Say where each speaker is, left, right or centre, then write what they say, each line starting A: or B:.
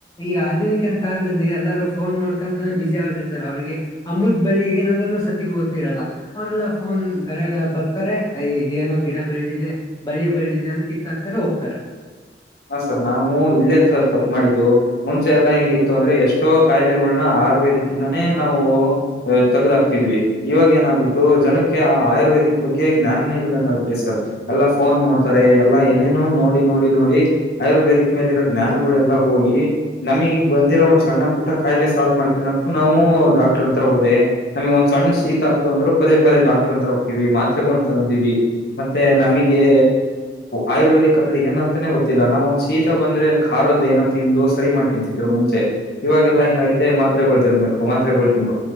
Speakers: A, on the left; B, on the left.
A: ಈ ಆಧುನಿಕದ ಕಾಲದಲ್ಲಿ ಎಲ್ಲಾರೂ ಫೋನ್ ನೋಡ್ಕೊಂತಾನೇ ಬಿಸಿ ಆಗಿ ಇರ್ತಾರೆ ಅವ್ರಿಗೆ ಅಮೃತ್ ಬಳ್ಳಿ ಏನನ್ನು ಸತಿಗೂ ಗೊತ್ತಿರಲ್ಲ. ಅವರೆಲ್ಲಾ ಫೋನ್ ಗಡಗಡ ಬರ್ತಾರೆ ಐ ಇದೇನೋ ಗಿಡ ಬೆಳೆದಿದೆ ಬಳ್ಳಿ ಬೆಳದಿದೆ ಅಂತ ಕಿತ್ತಾಕ್ತಾರೆ ಹೋಗ್ತಾರೆ.
B: ಹಾ ಸರ್ ನಾವು ಇಲ್ಲೇ ಸರ್ ತಪ್ಪು ಮಾಡಿದ್ದು. ಮುಂಚೆ ಎಲ್ಲಾ ಹೆಂಗಿತ್ತು ಅಂದ್ರೆ ಎಷ್ಟೋ ಕಾಯಿಲೆಗೋಳನ್ನ ಆಯರ್ವೇದಕ್ಕಿಂದಾನೇ ನಾವು ಆ ತಗದಾಕ್ತಿದ್ವಿ ಇವಾಗ ಏನಾಗ್ಬಿಡ್ತು ಜನಕ್ಕೆ ಆಯುರ್ವೇದಿಕ್ ಬಗ್ಗೆ ಧ್ಯಾನನೇ ಇಲ್ದಂಗ ಆಗ್ಬಿಟ್ಟೆತಿ ಸರ್. ಎಲ್ಲಾ ಫೋನ್ ನೋಡ್ತಾರೆ ಎಲ್ಲಾ ಏನೇನೋ ನೋಡಿ ನೋಡಿ ನೋಡಿ. ಆಯುರ್ವೇದಿಕ್ ಮೇಲೆ ಇರೋ ಜ್ಞಾನಗೋಳೆಲ್ಲ ಹೋಗಿ ನಮಿಗ್ ಬಂದಿರೋ ಒಂದ ಸಣ್ಣ ಪುಟ. ಕಾಯಿಲೆ ಸಾಲ್ವ್ ಮಾಡ್ಕ್ಯನಕ್ ನಾವು ಡಾಕ್ಟರ್ ಅತ್ರ ಹೋದೆ. ನಮಗ ಒಂದ ಸಣ್ಣ ಶೀತ ಆತ ಅಂದ್ರು ಪದೇ ಪದೇ ಡಾಕ್ಟರ್ ಅತ್ರ ಹೊಕ್ಕಿವಿ ಮಾತ್ರೆಗಳು ತಗೋಂತಿವಿ. ಮತ್ತೆ
A: ಹಾ
B: ನಮಗೆ
A: ಸರ್
B: ಆಯುರ್ವೇದಿಕ್ ಅಂದ್ರೆ ಏನಂತಾನೆ ಗೊ <unintelligible> ನಾವ್ ಒಂದ್ ಶೀತ ಬಂದ್ರೆ ಖಾರದ್ದು ಏನೋ ತಿಂದು ಸರಿ ಮಾಡ್ಕೊಂತಿದ್ರು ಮುಂಚೆ. ಇವಾಗೆಲ್ಲ
A: ಹಾ
B: ಹೆಂಗಆಗೈತೆ
A: ಸರ್
B: ಮಾತ್ರೆಗಳು ತಿನ್ಬೇಕು ಮಾತ್ರೆಗಳು ತಿನ್ಬೇ